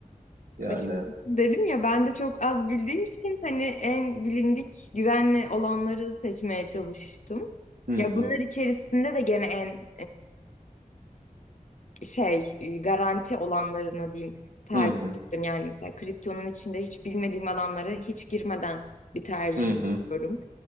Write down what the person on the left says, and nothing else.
Açıkçası
dedim ya ben de çok az bildiğim için hani en bilindik güvenli olanları seçmeye çalıştım.
Ya bunlar içerisinde de gene en e, şey e, garanti olanlarını diyeyim tercih
ettim. Yani mesela kriptonun içinde hiç bilmediğim alanlara hiç girmeden bir tercih
yapıyorum.